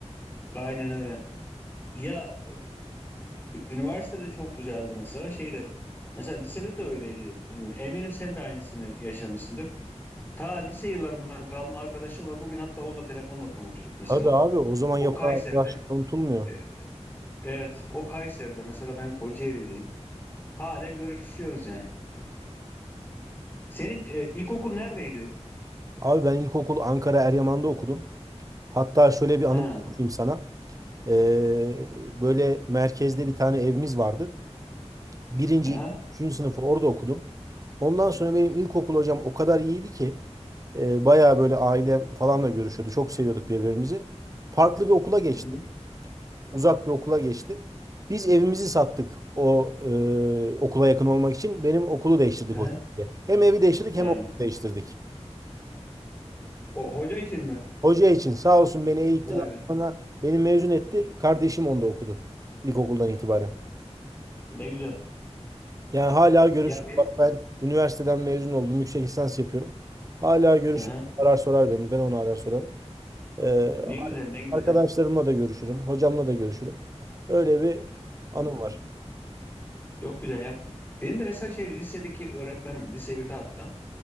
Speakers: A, on the left; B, on the right.
A: Aynen öyle. Ya e, üniversitede çok güzeldi mesela şeyde. Mesela lisede de öyleydi. E, Eminim sen de aynısını yaşamışsındır. Ta lise yıllarından kalma arkadaşım var. Bugün hatta onunla telefonla konuştuk mesela.
B: Tabii abi o zaman
A: O
B: yapılan
A: Kayseri'de.
B: arkadaşlıklar unutulmuyor.
A: e, evet, o Kayseri'de mesela ben Kocaeli'deyim. Halen görüşüyoruz yani. Senin e, ilkokul neredeydi?
B: Abi ben ilkokul Ankara Eryaman'da okudum. Hatta şöyle bir anım
A: He.
B: anlatayım sana. Ee, böyle merkezde bir tane evimiz vardı. Birinci,
A: Aha.
B: ikinci, üçüncü sınıfı orada okudum. Ondan sonra benim ilkokul hocam o kadar iyiydi ki e, bayağı böyle ailem falanla görüşüyordu. Çok seviyorduk birbirimizi. Farklı bir okula geçti.
A: Hı hı.
B: Uzak bir okula geçti. Biz evimizi sattık o e, okula yakın olmak için. Benim okulu değiştirdik
A: Aha.
B: o şekilde. Hem evi değiştirdik
A: He.
B: hem okulu değiştirdik.
A: O hoca için mi?
B: Hoca için sağ olsun beni eğitti.
A: Vay
B: Daha
A: be.
B: sonra beni mezun etti. Kardeşim onda okudu. İlkokuldan itibaren.
A: Ne güzel.
B: Yani hala görüşürüz.
A: Ya benim
B: Bak ben üniversiteden mezun oldum. Yüksek lisans yapıyorum. Hala görüşürüz.
A: Aha.
B: Arar sorar beni. Ben onu arar sorarım. Ee,
A: Ne güzel ne güzel.
B: arkadaşlarımla da görüşürüm. Hocamla da görüşürüm. Öyle bir
A: Hmm.
B: anım var.
A: Çok güzel ya. Benim de mesela şey lisedeki öğretmenim lise birde hatta